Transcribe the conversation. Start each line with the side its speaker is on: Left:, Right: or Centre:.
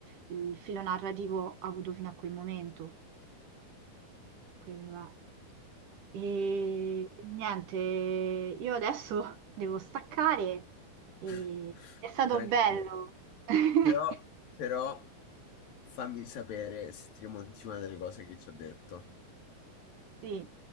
Right: il filo narrativo avuto fino a quel momento. Quello è. E niente, io adesso <laughs> devo staccare e
Left: <laughs>
Right: è stato
Left: Tranquilla.
Right: bello. <laughs>
Left: Però, però, fammi sapere se ti rimonti una delle cose che ti ho detto.
Right: Sì,